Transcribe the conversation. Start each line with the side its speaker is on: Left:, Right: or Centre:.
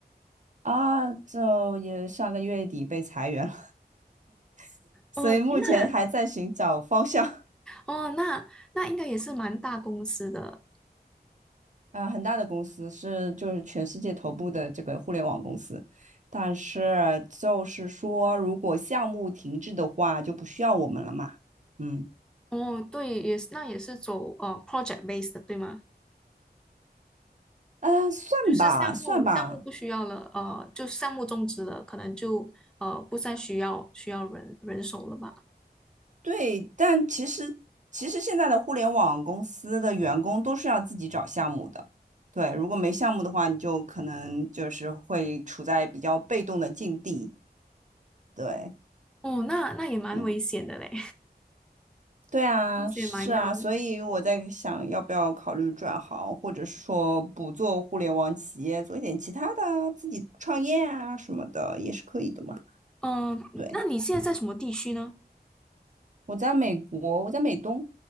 Right: 啊，就也上个月底被裁员了，<laughs> 所以目前还在寻找方向。
Centre: 哦，那哦那那应该也是蛮大公司的。
Right: 嗯、呃很大的公司是就是全世界头部的这个互联网公司，但是就是说，如果项目停滞的话，就不需要我们了嘛。嗯，
Centre: 哦，对，也是那也是走呃 project base 的，对吗？
Right: 啊，算吧，
Centre: 就是项目项目不需要了，
Right: 算吧，
Centre: 呃，就项目终止了，可能就呃不再需要需要人人手了吧？
Right: 对，但其实其实现在的互联网公司的员工都是要自己找项目的。对，如果没项目的话，你就可能就是会处在比较被动的境地。对。
Centre: 哦，那那也蛮危险的嘞，
Right: 嗯。对啊，
Centre: <laughs> 风险蛮高的。
Right: 是啊，所以我在想要不要考虑转行，或者是说不做互联网企业，做一点其他的啊自己创业啊什么的也是可以的嘛。
Centre: 嗯，
Right: 对，
Centre: 那你现在在什么地区呢？
Right: 我在美国，我在美东，